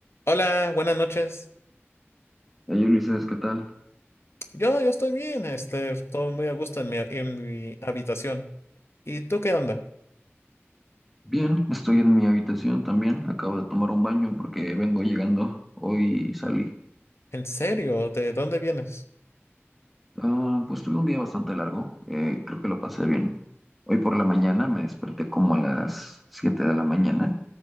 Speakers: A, on the left; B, in the centre.
A: Hola, buenas noches.
B: Hey Ulises, ¿qué tal?
A: Yo, yo estoy bien, este, estoy muy a gusto en mi, en mi habitación. ¿Y tú qué onda?
B: Bien, estoy en mi habitación también. Acabo de tomar un baño porque vengo llegando. Hoy salí.
A: ¿En serio? ¿De dónde vienes?
B: Ah, pues tuve un día bastante largo. eh, creo que lo pasé bien. Hoy por la mañana me desperté como a las 7 de la mañana